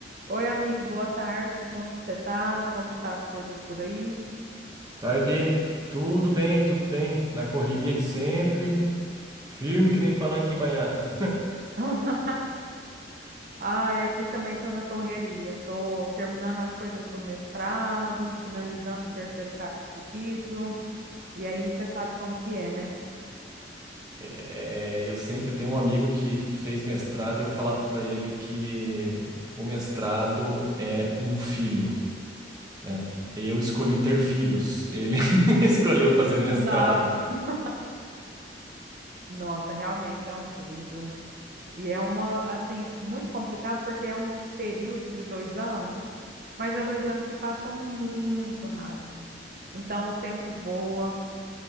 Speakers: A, on the right; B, on the right.
A: Oi, amigo, boa tarde. Como que você tá? Como que tá as coisas por aí?
B: Tarde, tudo bem, tudo bem. Na correria de sempre, firme que nem palanque embanhado.
A: <laughs> Ai, aqui também tô na correria. Tô terminando as coisas do mestrado, finalizando o terceiro ca- capítulo. E aí você sabe como que é, né?
B: É, eu sempre tenho um amigo que fez mestrado e eu falava para ele que o mestrado é um filho, né? Eu escolhi ter filhos, ele <laughs> escolheu fazer mestrado.
A: Nossa, <laughs> nossa, realmente é um filho, viu? E é uma, assim, muito complicado porque é um período de dois anos, mas é dois anos que passa muito rápido. Então o tempo voa.